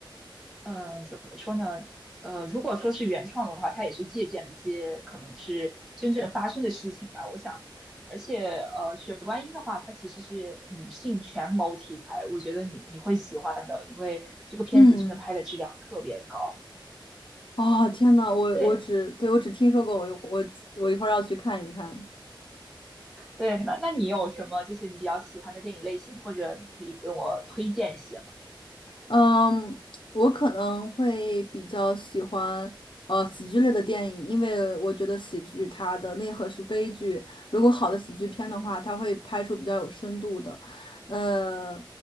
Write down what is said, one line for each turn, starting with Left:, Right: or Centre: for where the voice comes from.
Centre: 嗯，怎么说呢？呃，如果说是原创的话，它也是借鉴了一些可能是真正发生的事情吧，我想。而且，呃，《血观音》的话，它其实是女性权谋题材，我觉得你你会喜欢的，因为这个片子真的拍的质量特别高。
Left: 嗯，哦天呐，我我只对我只听说过，
Centre: 对
Left: 我一我我一会儿要去看一看。
Centre: 对，那那你有什么就是你比较喜欢的电影类型，或者你可以跟我推荐一些吗？
Left: 嗯，我可能会比较喜欢呃喜剧类的电影，因为我觉得喜剧它的内核是悲剧。如果好的喜剧片的话，
Centre: 嗯
Left: 它会拍出比较有深度的，呃，